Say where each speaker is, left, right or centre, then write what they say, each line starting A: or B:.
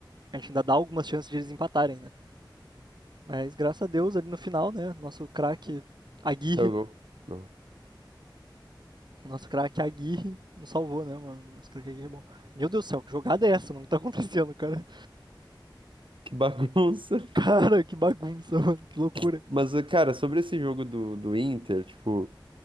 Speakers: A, on the right; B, on the right.
A: a gente ainda dá algumas chances de eles empatarem, né? Mas graças a Deus, ali no final, né, nosso craque Aguirre,
B: Jogou. Não.
A: nosso craque Aguirre nos salvou, né, mano? Nosso craque Aguirre é bom. Meu Deus do céu, que jogada é essa, mano? O que tá acontecendo, cara?
B: Que bagunça.
A: Cara, que bagunça, mano. Que loucura.
B: <laughs> Mas, eh, cara, sobre esse jogo do, do Inter, tipo,